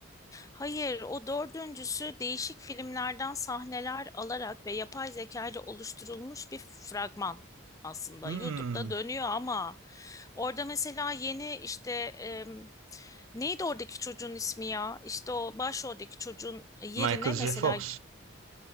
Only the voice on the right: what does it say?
Hmm.
Michael
J. Fox.